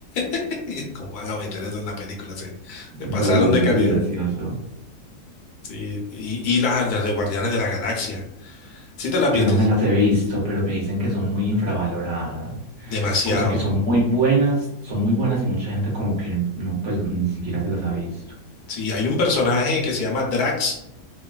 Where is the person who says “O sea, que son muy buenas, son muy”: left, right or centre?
Right